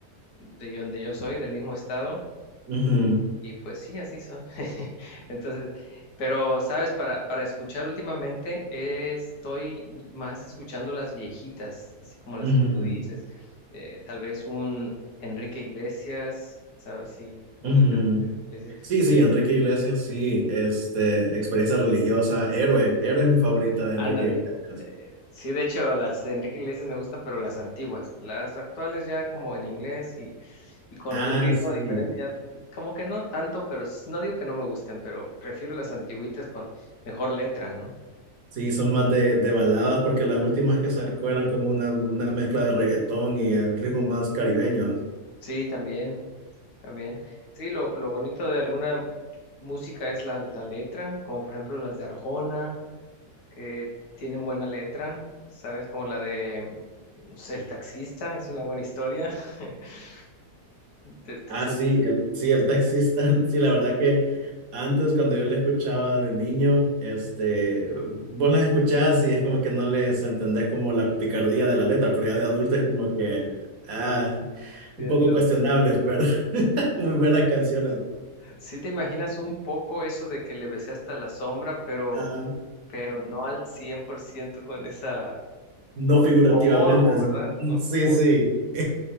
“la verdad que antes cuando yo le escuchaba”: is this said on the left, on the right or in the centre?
Right